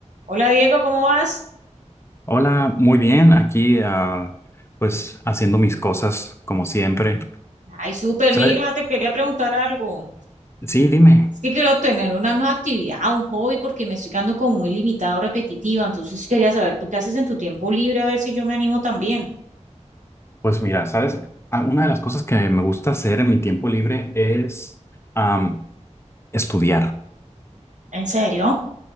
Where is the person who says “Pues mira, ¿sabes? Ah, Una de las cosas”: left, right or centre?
Left